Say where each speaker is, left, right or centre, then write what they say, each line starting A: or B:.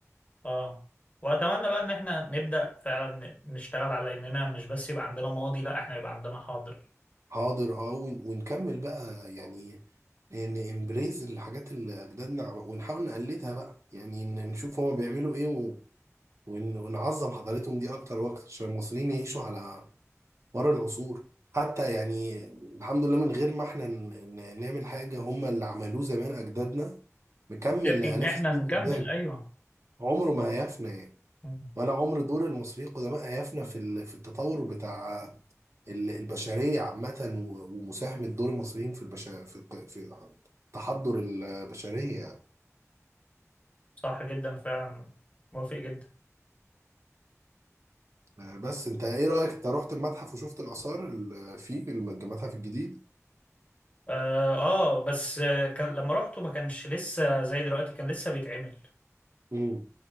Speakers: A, on the left (about 25°); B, on the right (about 65°).
A: اه واتمنى بقى ان احنا نبدا فعلا نشتغل على اننا مش بس يبقى عندنا ماضي لا احنا يبقى عندنا حاضر
B: حاضر اه ون- ونكمل بقى يعني ان امبريز الحاجات اللي اجدادنا عم- ونحاول نقلدها بقى يعني ن- نشوف هما بيعملوا ايه و... ون- ونعظم حضارتهم دي اكتر واكتر عشان المصريين يعيشوا على ورا العصور حتى يعني الحمد لله من غير ما احنا ن- ن- نعمل حاجة هم اللي عملوه زمان أجدادنا مكمل
A: يكفي
B: لآلاف
A: ان احنا
B: السنين
A: نكمل
B: قدام
A: ايوه
B: عمره ما هيفنى يعني
A: مم.
B: ولا عمر دور المصريين القدماء هيفنى في ال- في التطور بتاع ال- البشرية عامة و- ومساهمة دور المصريين في البشر في الق- في تحضر البشرية يعني
A: صح جدا فعلا موافق جدا
B: آه، بس انت ايه رأيك انت رحت المتحف وشفت الآثار اللي فيه المتحف الجديد؟
A: اه, آه بس آه، كان لما رحته ما كانش لسه زي دلوقتي كان لسه بيتعمل
B: مم.